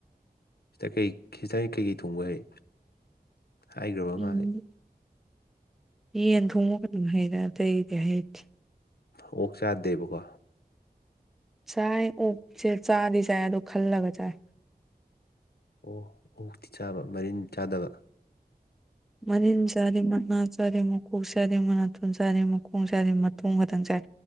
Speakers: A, on the left (about 70°); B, in the centre.
A: ꯁꯤꯗ ꯀꯩ ꯁꯤꯗ ꯀꯩꯀꯩ ꯊꯣꯡꯕ ꯍꯩ ꯍꯥꯏꯈ꯭ꯔꯕ
B: ꯎꯝ
A: ꯃꯥꯜꯂꯤ꯫
B: ꯌꯦꯟ ꯊꯣꯡꯉꯨꯒꯅ ꯍꯥꯏꯔ ꯑꯇꯩꯗꯤ ꯍꯥꯏꯗꯦ
A: ꯑꯣꯛ ꯆꯥꯗꯦꯕꯀꯣ
B: ꯆꯥꯏ ꯑꯣꯛꯁꯦ ꯆꯥꯗꯤ ꯆꯥꯏ ꯑꯗꯣ ꯈꯜꯂꯒ ꯆꯥꯏ
A: ꯑꯣ ꯑꯣꯛꯇꯤ ꯆꯥꯕ ꯃꯔꯤꯟꯗꯤ ꯆꯥꯗꯕ
B: ꯃꯅꯤꯟ ꯆꯥꯔꯤ ꯃꯅꯥ ꯆꯥꯔꯤ ꯃꯈꯀꯣꯛ ꯆꯥꯔꯤ ꯃꯅꯥꯊꯣꯟ ꯆꯥꯔꯤ ꯃꯈꯣꯡ ꯆꯥꯔꯤ ꯃꯇꯊꯣꯡ ꯈꯛꯇꯪ ꯆꯥꯏ